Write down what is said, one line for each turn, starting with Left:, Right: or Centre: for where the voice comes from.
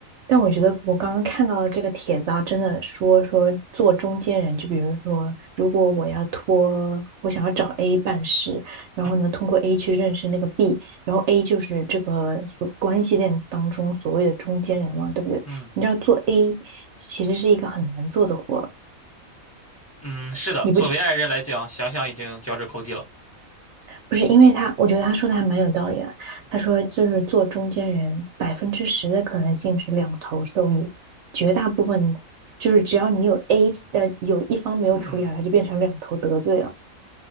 Right: 但我觉得我刚刚看到的这个帖子啊，真的说说做中间人，就比如说，如果我要托，我想要找 A 办事，然后呢，
Left: 嗯
Right: 通过 A 去认识那个 B，然后 A 就是这个所关系链当中所谓的中间人嘛，对不对？
Left: 嗯，
Right: 你知道做 A 其实是一个很难做的活儿，
Left: 嗯，是的，
Right: 你不去
Left: 作为爱人来讲，想想已经脚趾抠地了。
Right: 不是因为他，我觉得他说的还蛮有道理的。他说，就是做中间人，百分之十的可能性是两头受益，绝大部分就是只要你有 A，呃，有一方没有处理好，
Left: 嗯，
Right: 他就变成两头得罪了。